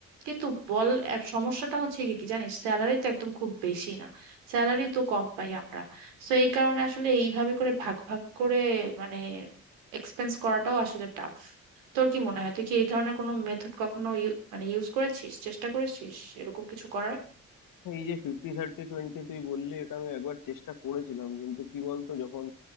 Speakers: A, on the right (about 85°); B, on the left (about 70°).
A: কিন্তু বল আহ, সমস্যাটা হচ্ছে কি কি জানিস স্যালারি তো একদম খুব বেশি না স্যালারি তো কম পাই আমরা তো এই কারণে আসলে এইভাবে করে ভাগ ভাগ করে মানে এক্সপেন্স করাটাও আসলে টাফ তোর কি মনে হয় তুই কি এই ধরনের কোনো মেথড কখনো ইউ- মানে ইউজ করেছিস চেষ্টা করেছিস এরকম কিছু করার
B: এই যে ফিফটি থার্টি টোয়েন্টি তুই বললি এটা আমি একবার চেষ্টা করেছিলাম কিন্তু কি বলতো যখন